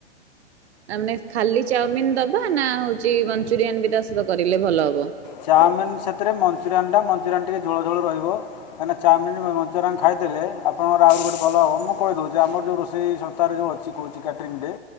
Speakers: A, on the right; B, on the left.
A: ଆ ମାନେ ଖାଲି ଚାଓମିିନ ଦବା ନା ହଉଚି ମଞ୍ଚୁରିଆନ୍ ବି ତା ସହିତ କରିଲେ ଭଲ ହବ?
B: ଚାଓମିନ୍ ସେଥିରେ ମଞ୍ଚୁରିଆନ୍ ଟା ମଞ୍ଚୁରିଆନ ଟିକେ ଝୋଳ ଝୋଳ ରହିବ। ମାନେ ଚାଓମିନ୍ ମ ମଞ୍ଚୁରରିଆନ୍ ଖାଇଥିଲେ। ଆପଣର ଆହୁରି ଗୋଟେ ଭଲ ହବ। ମୁଁ କହିଦଉଚି, ଯେ ଆମର ଯଉ ରୋଷେଇ ସଂସ୍ଥାରେ ଯଉ ଅଛି। କହୁଚୁ କ୍ୟାଟ୍ରିଙ୍ଗ ଡେ।